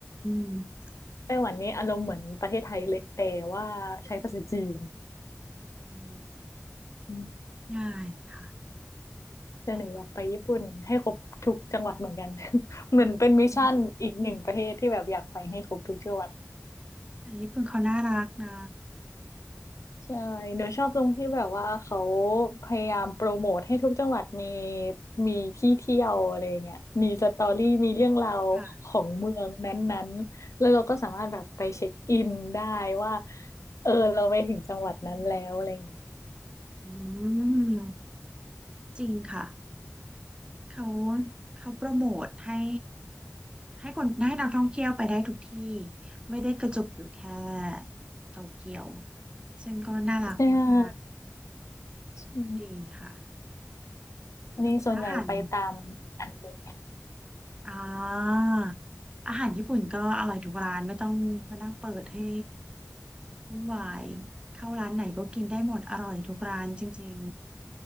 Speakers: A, on the right (about 20°); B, on the left (about 80°).
A: ม
B: ไต้หวันนี่อารมณ์เหมือนประเทศไทยเลยแต่ว่าใช้ภาษาจีน
A: อืม
B: อืม
A: ได้ค่ะ
B: แต่หนูอยากไปญี่ปุ่นให้ครบทุกจังหวัดเหมือนกัน
A: ไต้หวัน
B: <laughs> เหมือนเป็นมิชชั่นอีกหนึ่งประเทศที่แบบอยากไปให้ครบทุกจังหวัด
A: อืมอืมแต่ญี่ปุ่นเขาน่ารักนะ
B: ใช่หนูชอบตรงที่แบบว่าเขาพยายามโปรโมทให้ทุกจังหวัดมีมีที่เที่ยวอะไรเงี้ยมีสตอรี่มีเรื่องราวของเมืองนั้นๆ
A: ค่ะ
B: แล้วเราก็สามารถแบบไปเช็คอินได้ว่าเออเราไปถึงจังหวัดนั้นแล้วอะไรเงี้ย
A: อืมจริงค่ะเขาเขาโปรโมทให้ให้คนให้นักท่องเที่ยวไปได้ทุกที่ไม่ได้กระจุกอยู่แค่โตเกียวซึ่งก็น่ารักมาก
B: ใช่ใช่
A: ๆดีค่ะ
B: นี่ส่วนใหญ่ไปตามอันนี้
A: แล้วอาหาร อ่าอาหารญี่ปุ่นก็อร่อยทุกร้านไม่ต้องมานั่งเปิดให้วุ่นวายเข้าร้านไหนก็กินได้หมดอร่อยทุกร้านจริง